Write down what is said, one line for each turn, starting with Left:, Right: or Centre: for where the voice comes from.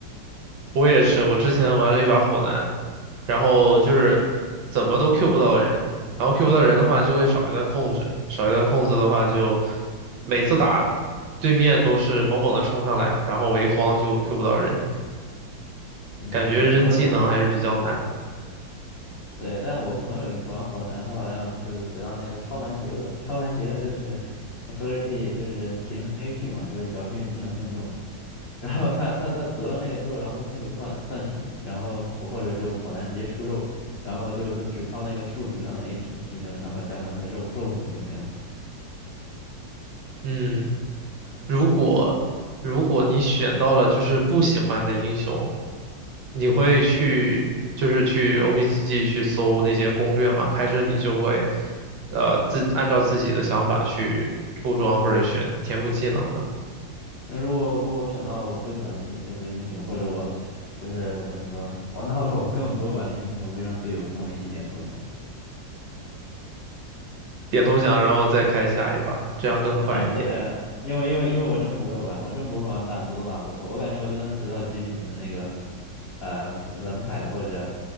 Right: 我也是，我之前玩了一把火男，然后就是怎么都 Q 不到人，然后 Q 不到人的话就会少一段控制，少一段控制的话就每次打对面都是猛猛的冲上来，然后我一慌就 Q 不到人，
Left: 嗯，
Right: 感觉扔技能还是比较难的。
Left: 是我我对，但我朋友有一次玩火男，他好像就是随到那个超凡邪恶，超凡邪恶就是他不是可以就是提升 AP 嘛，就是只要命技能命中，然后他他他得了那个之后，然后他就开始断断体，然后或者就火男直接出肉，然后就就只靠那个数值上的 AP 提升，然后加上他肉肉死对面了
Right: 嗯，如果如果你选到了就是不喜欢的英雄，你会去就是去 OPGG 去搜那些攻略吗？还是你就会呃自按照自己的想法去出装或者选天赋技能呢？
Left: 那如果如果我选到了我不喜欢的呃的英雄，或者我就是怎么说玩到了我根本不会玩的英雄，我会让队友跟我一起点投降。
Right: 点投降，然后再开下一把，这样更快一点。
Left: 嗯，对啊，因为因为因为我真不会玩，我真不会玩，打谁都打不过。我感觉我就算随到极品的那个，呃，冷彩或者